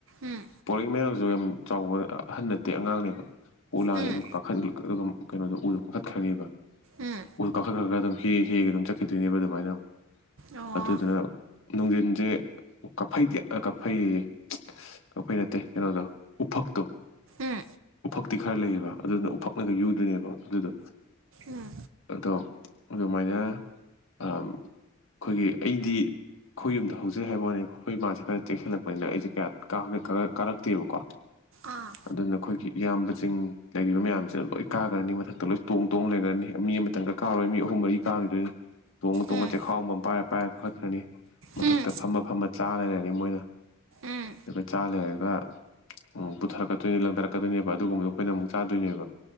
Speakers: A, on the right (about 65°); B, on the left (about 70°).
A: ꯎꯝ
B: ꯄꯣꯔꯛꯏꯕ ꯃꯌꯥꯡꯁꯨ ꯌꯥꯝ ꯆꯥꯎꯕ ꯑꯍꯟ ꯅꯠꯇꯦ ꯑꯉꯥꯡꯅꯦꯕ ꯄꯨꯂꯥꯛꯑꯅꯦ
A: ꯎꯝ
B: ꯑꯗꯨ ꯀꯥꯈꯠꯍꯟꯂꯤꯕ ꯑꯗꯨꯒ ꯀꯩꯅꯣꯗꯣ ꯎꯗꯣ ꯀꯥꯈꯠꯈ꯭ꯔꯅꯦꯕ
A: ꯎꯝ ꯎꯝ
B: ꯎ ꯀꯥꯈꯠ ꯈ꯭ꯔꯒ ꯑꯗꯨꯝ ꯍꯦꯛ ꯍꯦꯛꯒ ꯑꯗꯨꯝ ꯆꯠꯈꯤꯗꯣꯏꯅꯦꯕ ꯑꯗꯨꯃꯥꯏꯅ ꯑꯃꯨꯛ
A: ꯑꯣ
B: ꯑꯗꯨꯗꯨꯅ ꯅꯨꯡꯗꯤꯟꯁꯦ ꯀꯛꯐꯩꯗꯤ ꯑ ꯀꯛꯐꯩꯌꯦ ꯀꯥꯛꯐꯩ ꯅꯠꯇꯦ ꯀꯩꯅꯣꯗ ꯎꯐꯛꯇꯣ
A: ꯎꯝ
B: ꯎꯐꯛꯇꯤ ꯈꯔ ꯂꯩꯑꯦꯕ ꯑꯗꯨꯅ ꯎꯐꯛꯅꯒ ꯌꯨꯗꯨꯏꯅꯦꯕ ꯑꯗꯨꯗꯣ
A: ꯎꯝ
B: ꯑꯗꯣ ꯑꯗꯨꯃꯥꯏꯅ ꯑ ꯑꯩꯈꯣꯏꯒꯤ ꯑꯩꯗꯤ ꯑꯩꯈꯣꯏ ꯌꯨꯝꯗ ꯍꯧꯖꯩ ꯍꯥꯏꯕ ꯋꯥꯅꯤ ꯑꯩꯈꯣꯏ ꯃꯥꯁꯦ ꯈꯔ ꯆꯦꯛꯁꯤꯜꯂꯛꯄꯅꯤꯅ ꯑꯩꯁꯦ ꯀꯌꯥ ꯀꯥꯒꯦ ꯀꯥ ꯀꯥꯔꯛꯇꯦꯕꯀꯣ
A: ꯑꯥ
B: ꯑꯗꯨꯅ ꯑꯩꯈꯣꯏꯒꯤ ꯏꯌꯥꯝꯕꯁꯤꯡ ꯂꯩꯔꯤꯕ ꯃꯌꯥꯝꯁꯤꯅ ꯂꯣꯏ ꯀꯥꯈ꯭ꯔꯅꯤ ꯃꯊꯛꯇ ꯂꯣꯏ ꯇꯣꯡ ꯇꯣꯡ ꯂꯩꯈ꯭ꯔꯅꯤ ꯃꯤ ꯑꯃꯇꯪꯒ ꯀꯥꯔꯣꯏ ꯃꯤ ꯑꯍꯨꯝ ꯃꯔꯤ ꯀꯥꯒꯤꯗꯣꯏꯅꯤ ꯇꯣꯡꯉ ꯇꯣꯡꯉꯒ
A: ꯎꯝ
B: ꯆꯦꯈꯥꯎ ꯑꯃꯃꯝ ꯄꯥꯏꯔ ꯄꯥꯏꯔ ꯀꯥꯈꯠꯈ꯭꯭ꯔꯅꯤ ꯃꯊꯛꯇ
A: ꯎꯝ
B: ꯐꯝꯃ ꯐꯝꯃ ꯆꯥ ꯂꯩꯔꯅꯤ ꯃꯣꯏꯅ
A: ꯎꯝ
B: ꯑꯗꯨꯒ ꯆꯥ ꯂꯩꯔꯒ ꯎꯝ ꯄꯨꯊꯔꯛꯀꯗꯣꯏꯅꯦ ꯂꯪ ꯗꯔꯛꯀꯗꯣꯏꯅꯦꯕ ꯑꯗꯨꯒꯨꯝꯕꯗꯣ ꯑꯩꯈꯣꯏꯅ ꯑꯃꯨꯛ ꯆꯥꯗꯣꯏꯅꯦꯕ